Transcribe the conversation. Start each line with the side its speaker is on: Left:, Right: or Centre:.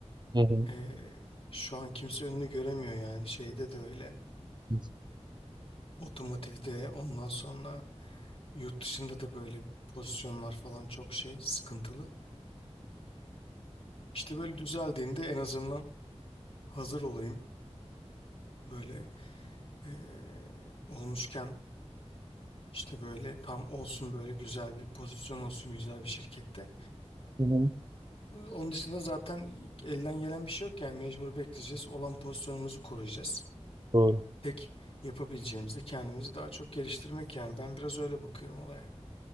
Right: hı.
Left: eee, şu an kimse önünü göremiyor yani şeyde de öyle
Right: Hı
Left: otomotivde ondan sonra yurt dışında da böyle pozisyonlar falan çok şey sıkıntılı. İşte böyle düzeldiğinde en azından hazır olayım böyle eee, olmuşken işte böyle tam olsun böyle güzel bir pozisyon olsun güzel bir şirkette.
Right: hı. hı.
Left: Onun dışında zaten elden gelen bir şey yok yani mecbur bekleyeceğiz olan pozisyonumuzu koruyacağız.
Right: Doğru.
Left: tek yapabileceğimiz de kendimizi daha çok geliştirmek yani ben biraz öyle bakıyorum olaya.